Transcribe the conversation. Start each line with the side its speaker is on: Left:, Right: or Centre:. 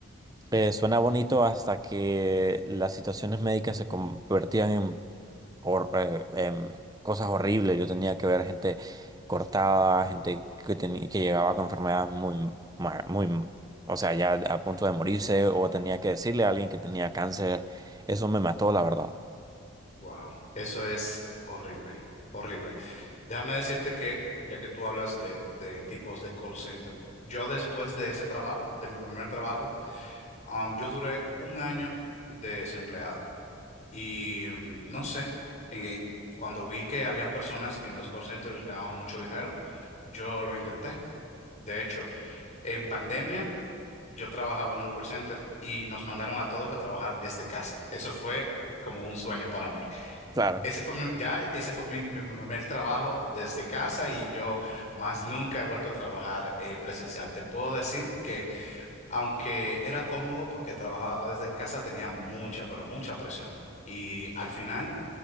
Right: Eh, suena bonito hasta que las situaciones médicas se convertían en, hor- eh, en cosas horribles. Yo tenía que ver gente cortada, gente que, tenía, que llegaba con enfermedades muy, ma- muy, o sea, ya a punto de morirse, o tenía que decirle a alguien que tenía cáncer. Eso me mató, la verdad.
Left: Wow, eso es horrible, horrible. Déjame decirte que, ya que tú hablas de, de tipos de call center, yo después de ese trabajo, de mi primer trabajo, um, yo duré un año desempleado. Y um, no sé, en- en- cuando vi que habían personas que en los call centers ganaban mucho dinero, yo lo intenté. De hecho, En pandemia, yo trabajaba en un call center y nos mandaron a todos a trabajar desde casa. Eso fue como un sueño para mí.
Right: Claro.
Left: Ese fue mi- ya ese fue mi, mi primer trabajo desde casa y yo más nunca he vuelto a trabajar eh, presencial. Te puedo decir que aunque era cómodo porque trabajaba desde casa, tenía mucha, pero mucha presión. Y al final